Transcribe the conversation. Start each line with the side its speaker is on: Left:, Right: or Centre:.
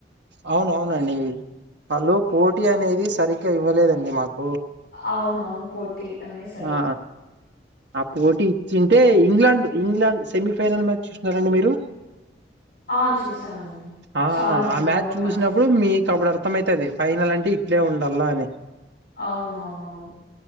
Right: అవున అవునండి వాళ్ళు పోటీ అనేది సరిగ్గా ఇవ్వలేదండి మాక్
Left: అవును అవును పోటీ అనేస్
Right: ఆ ఆ పోటీ ఇచ్చింటే ఇంగ్లాండ్ ఇంగ్లాండ్ సెమీఫైనల్ మ్యాచ్ చూసనారండి మీరు
Left: ఆ చూసామండి
Right: ఆ
Left: చాలా
Right: ఆ
Left: బాగా
Right: మ్యాచ్ చూసినప్పుడు
Left: టఫ్
Right: మీ కప్పుడ్ ఆర్ ర్ధమైతది ఫైనల్ అంటే ఇట్లే ఉండాల అని
Left: అవునవునవును